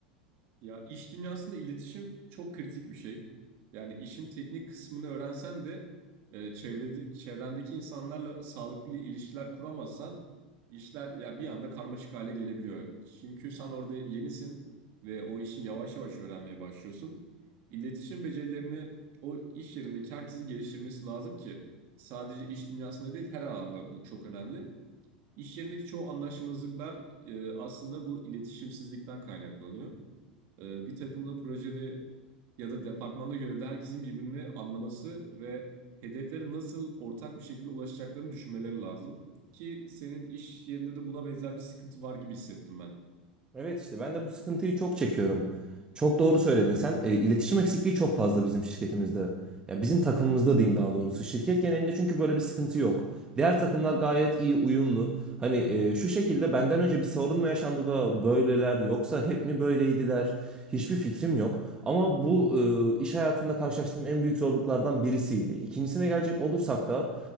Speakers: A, on the right; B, on the right.
A: Ya iş dünyasında iletişim çok kritik bir şey. Yani işin teknik kısmını öğrensen de e, çevrede, çevrendeki insanlarla sağlıklı ilişkiler kuramazsan işler ya bir anda karmaşık hale gelebiliyor. Çünkü sen orada yenisin ve o işi yavaş yavaş öğrenmeye başlıyorsun. İletişim becerilerini o iş yerindeki herkesin geliştirmesi lazım ki sadece iş dünyasında değil her alanda bu çok önemli. İş yerindeki çoğu anlaşmazlıklar e, aslında bu iletişimsizlikten kaynaklanıyor. Ee, bir takımda projede ya da departmanda görevli herkesin birbirini anlaması ve hedeflere nasıl ortak bir şekilde ulaşacaklarını düşünmeleri lazım. Ki senin iş yerinde de buna benzer bir sıkıntı var gibi hissettim ben.
B: Evet işte ben de bu sıkıntıyı çok çekiyorum. Çok doğru söyledin sen. E, iletişim eksikliği çok fazla bizim şirketimizde. Ya bizim takımımızda diyeyim daha doğrusu. Şirket genelinde çünkü böyle bir sıkıntı yok. Diğer takımlar gayet iyi uyumlu. Hani e, şu şekilde benden önce bir sorun mu yaşandı da böyleler yoksa hep mi böyleydiler? Hiçbir fikrim yok. Ama bu e, iş hayatında karşılaştığım en büyük zorluklardan birisiydi. İkincisine gelecek olursak da